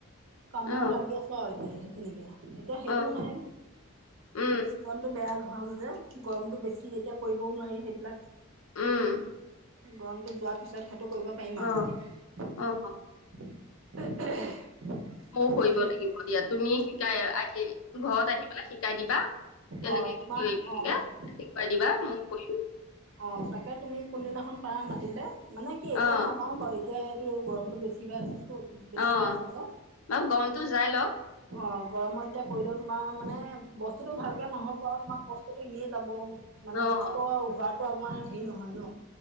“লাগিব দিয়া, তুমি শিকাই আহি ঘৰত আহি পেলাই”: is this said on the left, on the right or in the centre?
Left